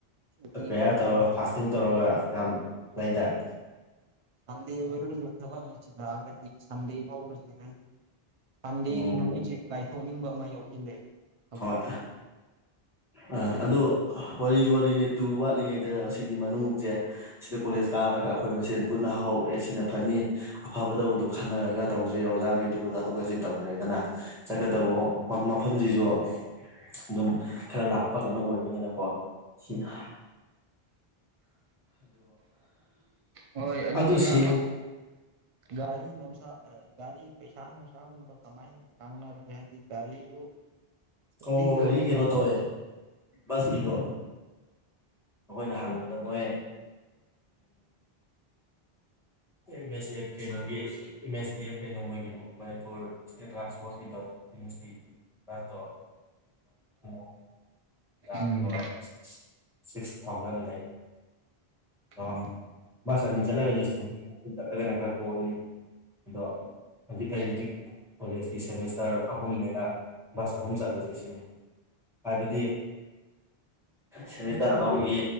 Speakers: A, on the right; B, in the centre.
A: ꯁꯨꯇꯤ
B: ꯄ꯭ꯔꯦꯌꯥꯔ
A: ꯑꯣꯏꯔꯒꯁꯨ
B: ꯇꯧꯔꯒ ꯐꯥꯁꯇꯤꯡ ꯇꯧꯔꯒ ꯌꯥꯝ ꯂꯩꯇꯥꯔꯦ
A: ꯁꯟꯗꯦ ꯑꯣꯏꯖꯣꯛꯊꯕ ꯃꯁꯤꯖꯑꯒ ꯁꯟꯗꯦ ꯐꯥꯎꯒꯒ ꯁꯟꯗꯦꯒꯤ
B: ꯑꯣ
A: ꯅꯨꯃꯤꯠꯁꯦ ꯀꯥꯏꯊꯣꯛꯅꯤꯡꯕ ꯑꯃ ꯌꯧꯁꯤꯜꯂꯛꯑꯦꯕ
B: ꯍꯣꯏ ꯑꯥ ꯑꯗꯣ ꯋꯥꯔꯤꯁꯨ ꯋꯥꯔꯤꯅꯦ ꯇꯨ ꯋꯥꯠꯂꯤꯉꯩꯗ ꯑꯁꯤꯒꯤ ꯃꯅꯨꯡꯁꯦ ꯁꯤꯗ ꯀꯣꯂꯦꯖ ꯀꯥꯔꯛꯑꯒ ꯑꯩꯈꯣꯏ ꯃꯁꯦꯟ ꯄꯨꯟꯅ ꯍꯧꯔꯛꯑꯦ ꯁꯤꯅ ꯐꯅꯤ ꯑꯐꯕꯗꯕꯨꯗꯣ ꯈꯟꯅꯔꯒ ꯇꯧꯖꯩ ꯑꯣꯖꯥꯈꯩꯗꯨꯒ ꯇꯥꯊꯣꯛ ꯇꯥꯁꯤꯟ ꯇꯧꯅꯔꯦꯗꯅ ꯆꯠꯀꯗꯧꯕ ꯃꯐꯝꯁꯤꯁꯨ ꯑꯗꯨꯝ ꯈꯔ ꯂꯥꯞꯄ ꯀꯩꯅꯣ ꯑꯣꯏꯕꯅꯤꯅꯀꯣ ꯁꯤꯅ
A: ꯍꯣꯏ ꯑꯗꯨꯝꯅ
B: ꯑꯗꯨ ꯁꯦꯡꯅ
A: ꯒꯥꯔꯤ ꯅꯨꯡꯁꯥ ꯒꯥꯔꯤ ꯄꯩꯁꯥ ꯅꯨꯡꯁꯥꯒꯨꯝꯕ ꯀꯃꯥꯏꯅ꯫ ꯆꯥꯡꯅꯔꯦ ꯀ ꯍꯥꯏꯗꯤ ꯒꯥꯔꯤꯁꯨ ꯁꯇ꯭ꯗꯤ
B: ꯑꯣ
A: ꯇꯨꯔꯅꯀꯣ꯫
B: ꯒꯥꯔꯤ ꯀꯩꯅꯣ ꯇꯧꯋꯦ ꯕꯁꯀꯤꯗꯣ꯫ ꯑꯩꯈꯣꯏꯅ ꯍꯪꯕꯗ ꯃꯣꯏ꯫ ꯑꯦꯝ ꯑꯦꯁ ꯑꯦꯐ ꯀꯩꯅꯣꯒꯤ ꯑꯦꯝ ꯑꯦꯁ ꯗꯤ ꯑꯦꯐ ꯀꯩꯅꯣ ꯃꯣꯏꯒꯤ ꯃꯅꯤꯄꯨꯔ ꯏꯁꯇꯦꯠ ꯇ꯭ꯔꯥꯟꯁꯄꯣꯔꯠꯁꯀꯤꯗꯣ꯫ <unintelligible> ꯆꯕꯤꯗꯣ
A: ꯎꯝ
B: ꯁꯤ ꯁꯤꯛꯁ ꯊꯥꯎꯖꯟ ꯂꯩ꯫ ꯑꯣ
A: ꯎꯝ
B: ꯕꯁ
A: ꯖꯤꯞ
B: ꯑꯅꯤ
A: ꯑꯃꯃꯝꯗꯀꯣ
B: ꯆꯂꯒꯗꯤ ꯆꯤꯟꯅꯤ ꯑꯍꯨꯝ ꯆꯠꯂꯒꯗꯤ ꯈꯔ ꯀꯣꯝꯅꯤ꯫ ꯑꯗꯣ꯫ ꯍꯧꯖꯤꯛ ꯂꯩꯔꯤꯖꯤ ꯀꯣꯂꯦꯖꯀꯤ ꯁꯦꯃꯤꯁꯇꯔ ꯑꯍꯨꯝꯅꯦꯅ ꯕꯁ ꯑꯍꯨꯝ ꯆꯠꯂꯁꯦ ꯁꯤꯅꯤ꯫ ꯍꯥꯏꯕꯗꯤ ꯁꯦꯃꯤꯁꯇꯔ ꯑꯃꯃꯝꯒꯤ꯫